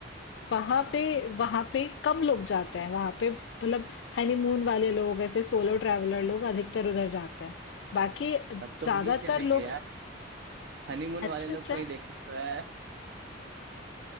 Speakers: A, on the right; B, on the left.
A: अच्छा
B: वहां
A: अच्छा
B: पे वहां पे कम लोग जाते हैं वहां पे मतलब हनीमून वाले लोग ऐसे सोलो ट्रैवलर लोग अधिकतर उधर जाते हैं बाकी
A: तब तो
B: ज्यादातर
A: वही चलेंगे
B: लोग
A: यार हनीमून वाले
B: अच्छा
A: लोग
B: अच्छा
A: को ही देखना तो है